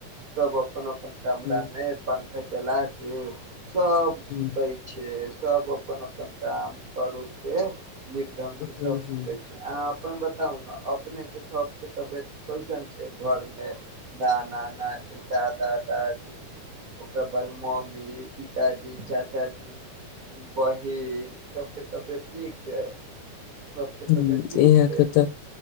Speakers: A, on the right; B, on the left.
A: सब अपन अपन अपन कमरामे
B: हम्म,
A: बंद चलाके के सब
B: हम्म,
A: सुतै छै। सब अपन अपन काम कर उरके नीक ढंग से
B: हम्म,
A: सब सुतै छै, अहां अपन बताउ ने, अपने के सब के तबियत कैसन छै, घर मे नाना नानी, दादा दादी ओकरा बाद मे ममी मी पिताजी, चाचाजी, बहिन सब के तबियत ठीक क छै? सबके
B: हुं,
A: तबियत नीक
B: इहांके
A: छै
B: त,